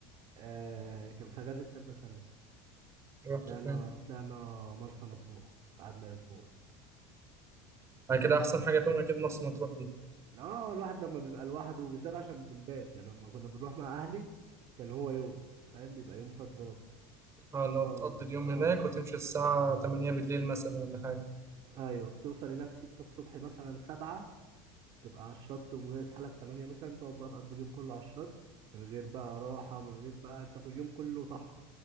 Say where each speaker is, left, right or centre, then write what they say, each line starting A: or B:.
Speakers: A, on the right (about 50°); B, on the right (about 30°).
A: آه كان في اجازه تالتة ثانوي
B: رحت
A: طلعنا
B: فين
A: طلعنا مرسى مطروح قعدنا اسبوع
B: بعد كده احسن حاجه فيهم اكيد مرسى مطروح دي
A: اه الواحد لما بيبقى لوحده وبالذات عشان بنبات يعني لما كنا بنروح مع اهلي كان هو يوم فاهم بيبقى يوم صد رد
B: اه لو
A: اه
B: بتقضي اليوم
A: اه
B: هناك وتمشي الساعه 8 بالليل مثلا ولا حاجه
A: ايوه بتوصل هناك ستة الصبح مثلا سبعة تبقى على الشط ومجهز حالك تمانية مثلا تقعد بقى تقضي اليوم كله على الشط من غير بقى راحة من غير بقى انت كل يوم كله طحن